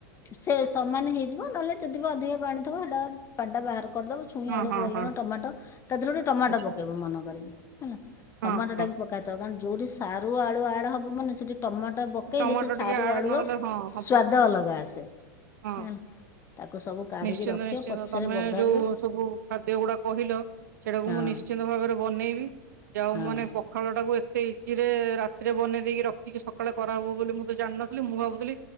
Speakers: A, on the left; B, on the right.
A: ସେ ସମାନ ହେଇଯିବ। ନହେଲେ ଯଦି ବା ଅଧିକା ପାଣି ଥିବ ସେଟା ପାଣି ଟା ବାହାର କରିଦବ। ଛୁଇଁ,
B: ହଁ
A: ଆଳୁ,
B: ହଁ
A: ବାଇଗଣ,
B: ହଁ
A: ଟମାଟୋ ତା ଦେହରେ ଗୋଟେ ଟମାଟୋ
B: ଆଛା
A: ପକେଇବ ମନ କରିକି ହେଲା
B: ହଁ
A: ଟମାଟୋ
B: ହଁ
A: ଟା ବି ପକା କଣ ଯୋଉଠି ସାରୁ ଆଳୁ ଆଡ୍ ହବ ମାନେ ସେଠି ଟମାଟ ପକେଇଲେ
B: ଟମାଟୋ
A: ସେ ସାରୁ
B: ଟିକେ ଆଡ
A: ଆଳୁ
B: ନହେଲେ
A: ର
B: ହଁ ହବନି
A: ସ୍ଵାଦ ଅଲଗା ଆସେ
B: ହଁ।
A: ହୁଁ। ତାକୁ ସବୁ କାଢିକି
B: ନିଶ୍ଚିନ୍ତ
A: ରଖିବ
B: ନିଶ୍ଚିନ୍ତ
A: ପଛରେ
B: ତମେ
A: ବଘାରିବ।
B: ଯୋଉ ସବୁ ଖାଦ୍ୟ ଗୁଡା କହିଲ। ସେଇଟାକୁ
A: ହଁ।
B: ମୁଁ ନିଶ୍ଚିନ୍ତ ଭାବରେ ବନେଇବି ଯାହା ହଉ
A: ହଁ।
B: ମୁଁ ମାନେ ପ ଖାଳ ଟାକୁ ଏତେ ଇଜି ରେ ରାତିରେ ବନେଇ ଦେଇକି ରଖିକି ସକାଳେ କରାହବ ବୋଲି ମୁଁ ତ ଜାଣିନଥିଲି ମୁଁ ଭାବୁ ଥିଲି